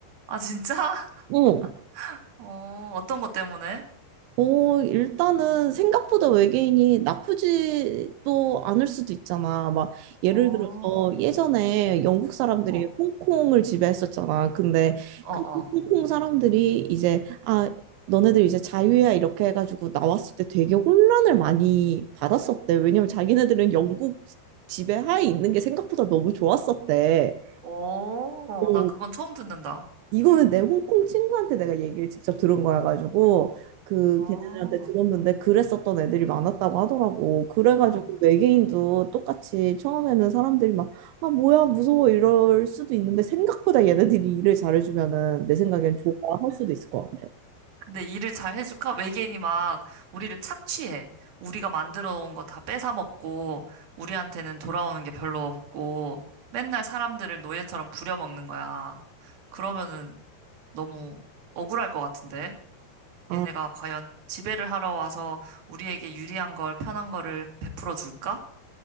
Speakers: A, on the right (about 60°); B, on the right (about 90°).
A: 아, 진짜?
B: 응.
A: <laughs> 어, 어떤 것 때문에?
B: 어, 일단은 생각보다 외계인이 나쁘지도 않을 수도 있잖아. 막 예를
A: 어,
B: 들어서 예전에 영국 사람들이
A: 어,
B: 홍콩을 지배했었잖아. 근데
A: 어,
B: 그
A: 어.
B: 홍콩 사람들이 이제 아, 너네들 이제 자유야 이렇게 해가지고 나왔을 때 되게 혼란을 많이 받았었대. 왜냐면 자기네들은 영국 지배하에 있는 게 생각보다 너무 좋았었대.
A: 오,
B: 어,
A: 나 그건 처음 듣는다.
B: 이거는 내 홍콩 친구한테 내가 얘기를 직접 들은 거여가지고 그
A: 어,
B: 걔네들한테 들었는데 그랬었던 애들이 많았다고 하더라고. 그래가지고
A: 어.
B: 외계인도 똑같이 처음에는 사람들이 막 아 뭐야 무서워 이럴 수도 있는데 생각보다 얘네들이 일을 잘해주면은 내 생각엔 좋아할 수도 있을 것 같아.
A: 근데 일을 잘 해줄까? 외계인이 막 우리를 착취해. 우리가 만들어 온 거 다 뺏어 먹고, 우리한테는 돌아오는 게 별로 없고, 맨날 사람들을 노예처럼 부려먹는 거야. 그러면은, 너무 억울할 것 같은데.
B: 아,
A: 얘네가 과연 지배를 하러 와서 우리에게 유리한 걸, 편한 거를 베풀어 줄까?